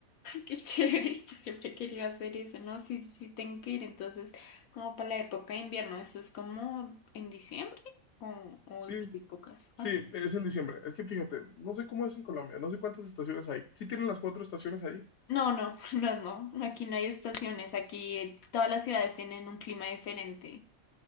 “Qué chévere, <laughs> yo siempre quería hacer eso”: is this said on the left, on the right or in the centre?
Left